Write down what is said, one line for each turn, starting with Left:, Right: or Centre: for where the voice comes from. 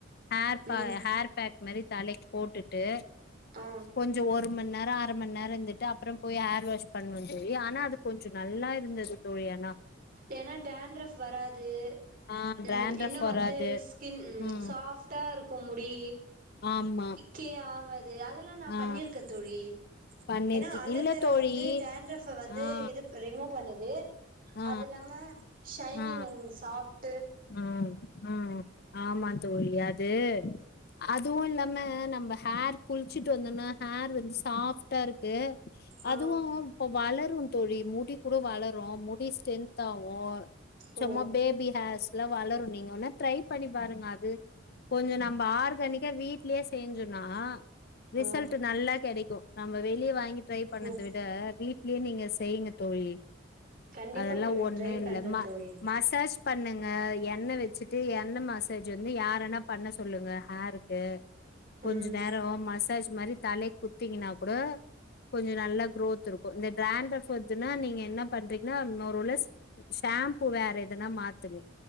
Left: ஹேர் ப
Right: ம்
Left: ஹேர் பேக் மாரி தலைக்கு போட்டுட்டு
Right: ஆ
Left: கொஞ்சோ ஒரு மண் நேரோ அர மண் நேரோ இருந்துட்டு அப்றோ போய் ஹேர் வாஷ் பண்ணுவே தோழி ஆனா அது கொஞ்சோ நல்லா இருந்தது தோழி ஆனா
Right: ஏனா டேண்ட்ரப் வராது
Left: ஆ
Right: ம்
Left: ட்ராண்ட்ரஃப்
Right: இன்னு
Left: வராது
Right: வந்து ஸ்கின்
Left: ம்
Right: ஷாஃப்டா இருக்கு முடி
Left: ஆமா
Right: கே ஆவாது அதெல்லா நா
Left: ஆ
Right: பண்ணிருக்கே தோழி
Left: பண்ணிருக்கே
Right: ஏனா அலோவேரா
Left: இல்ல தோழி
Right: வந்து டேன்ட்ரஃப்ப வந்து
Left: ஆ
Right: இது ரிமூவ் பண்ணுது
Left: ஆ
Right: அது இல்லாம ஷைனிங்
Left: ஆ
Right: அண்ட் சாஃப்ட்
Left: ம் ம் ஆமா தோழி அது அதுவு இல்லாம நம்ம ஹேர் குளிச்சுட்டு வந்தோம்னா ஹேர் வந்து சாஃப்ட்டாருக்கு
Right: ஆ
Left: அதுவு இப்ப வளரு தோழி முடி கூட வளரு முடி ஸ்ட்ரென்த் ஆவு
Right: ஓ
Left: சும்மா பேபி ஹேர்ஸ்லா வளரு நீங்க வேனா ட்ரை பண்ணி பாருங்க அது கொஞ்சோ நம்ம ஆர்கானிக்கா வீட்லயே செஞ்சோனா ரிசல்ட்
Right: ஆ
Left: நல்லா கிடைக்கு நம்ம வெளிய வாங்கி ட்ரை பண்ணத
Right: ஓ
Left: வீட் க்ளீனிங்க செய்ங்க தோழி
Right: கண்டிப்பா
Left: அதெல்லா
Right: தோழி
Left: ஒண்ணு
Right: ட்ரை
Left: இல்ல
Right: பண்றே
Left: ம
Right: தோழி
Left: மசாஜ் பண்ணுங்க எண்ண வச்சுட்டு எண்ண மசாஜ் வந்து யார வேனா பண்ண சொல்லுங்க ஹேருக்கு கொஞ்ச
Right: ம்
Left: நேரோ மசாஜ் மாரி தலைக்கு குத்தீங்கன்னா கூட கொஞ்சோ நல்லா குரோத் இருக்கு இந்த டிராண்ட்ரப் வருதுனா நீங்க என்ன பண்றீங்கன்னா இன்னொர் வேளை சி ஷாம்பூ வேற எதனா மாத்துவு